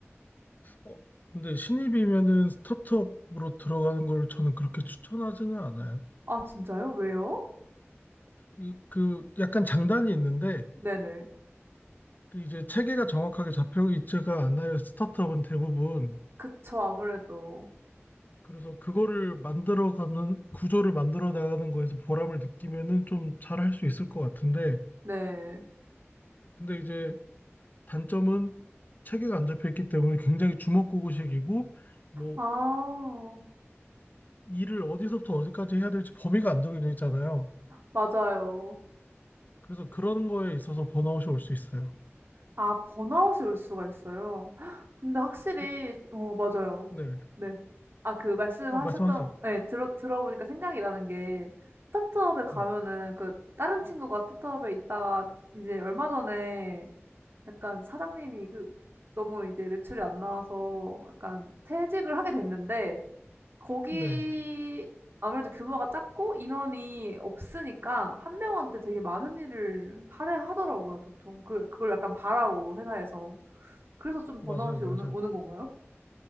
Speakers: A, on the left; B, on the right.
A: 어, 근데 신입이면은 스타트업으로 들어가는 걸 저는 그렇게 추천하지는 않아요.
B: 아, 진짜요? 왜요?
A: 이- 그 약간 장단이 있는데
B: 네네.
A: 그 이제 체계가 정확하게 잡혀 있지가 않아요. 스타트업은 대부분.
B: 그쵸, 아무래도.
A: 그래서 그거를 만들어가는 구조를 만들어 나가는 거에서 보람을 느끼면은 좀 잘할 수 있을 것 같은데,
B: 네.
A: 근데 이제 단점은 체계가 안 잡혀 있기 때문에 굉장히 주먹구구식이고, 뭐
B: 아,
A: 일을 어디서부터 어디까지 해야 될지 범위가 안 정해져 있잖아요.
B: 맞아요.
A: 그래서 그런 거에 있어서 번아웃이 올 수 있어요.
B: 아 번아웃이 올 수가 있어요. <gasps> 헉, 근데 확실히
A: 네,
B: 어 맞아요.
A: 네.
B: 네. 아 그 말씀하셨던
A: 어, 말씀하세요.
B: 예 들어 들어보니까 생각이 나는 게 스타트업에 가면은
A: 네,
B: 그 다른 친구가 스타트업에 있다가 이제 얼마 전에 약간 사장님이 그 너무 이제 매출이 안 나와서 약간 퇴직을 하게 됐는데 거기
A: 네,
B: 아무래도 규모가 작고 인원이 없으니까 한 명한테 되게 많은 일을 하려 하더라고요 보통. 그 그걸 약간 바라고 회사에서. 그래서 좀 번아웃이
A: 맞아요, 맞아요.
B: 오는 오는 건가요?